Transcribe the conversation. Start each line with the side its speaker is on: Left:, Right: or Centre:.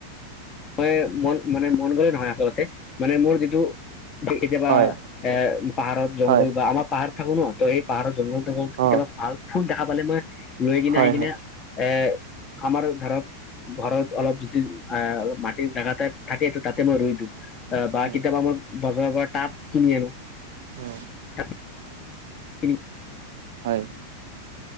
Left: মই মন মানে মন গ'লে নহয় আচলতে, মানে মোৰ যিটো কেতিয়াবা
Right: হয়
Left: এ পাহাৰত জংঘল
Right: হয়
Left: বা আমাৰ পাহাৰত থাকো ন ত এই পাহাৰৰ জংঘল জঘল কেতিয়াবা
Right: অ
Left: ভাল ফুল দেখা পালে মই লৈ কিনে
Right: হয়
Left: আহি কিনে
Right: হয়
Left: এ আমাৰ ধৰক ঘৰত অলপ যদি আহ মাটিৰ জোগা থাকেটো তাতে মই ৰুই দিওঁ অ বা
Right: উম
Left: কেতিয়াবা মই বজাৰৰ পৰা তাপ কিনি আনো।
Right: উম
Left: টাব কিনি
Right: হয়